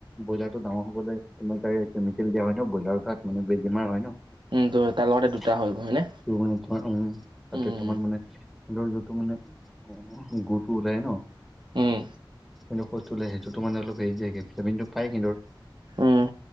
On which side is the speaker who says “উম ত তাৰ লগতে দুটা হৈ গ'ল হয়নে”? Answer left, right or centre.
Right